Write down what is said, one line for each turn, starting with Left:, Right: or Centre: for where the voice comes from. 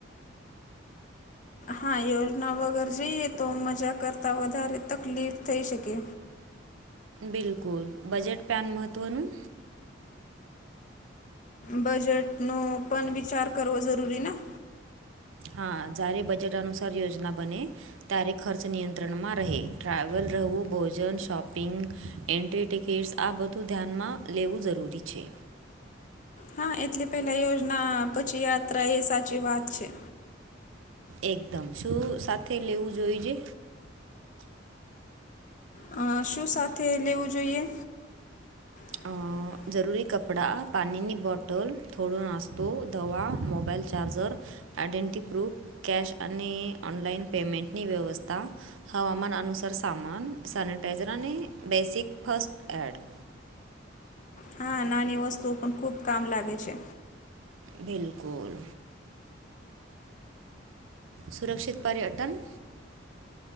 Left: હા યોજના વગર જઈએ તો, મજા કરતાં વધારે તકલીફ થઈ શકે.
Right: બિલકુલ, બજટ પ્લાન મહત્ત્વનું
Left: બજેટનો પણ વિચાર કરવો જરૂરી ના.
Right: હા જ્યારે બજટ અનુસાર યોજના બને ત્યારે ખર્ચ નિયંત્રણમાં રહે, ટ્રાવેલ, રહેવું, ભોજન, શોપિંગ. એન્ટ્રી ટિકિટ્સ આ બધું ધ્યાનમાં લેવું જરૂરી છે.
Left: હા એટલે પેલા યોજના, પછી યાત્રા એ સાચી વાત છે.
Right: એકદમ, શું સાથે લેવું જોઈજે?
Left: હા, શું સાથે લેવું જોઈએ? <inaudible>
Right: અ જરૂરી કપડા પાણીની બોટલ થોડો નાસ્તો દવા mobile charger identity proof, cash અને ઓનલાઈન પેમેન્ટની વ્યવસ્થા. હવામાન અનુસાર સામાન, સેનિટાઈઝર, અને બેસિક ફસ્ટ એડ.
Left: હા નાની વસ્તુઓ પણ ખુબ કામ લાગે છે.
Right: બિલકુલ સુરક્ષિત પર્યટન.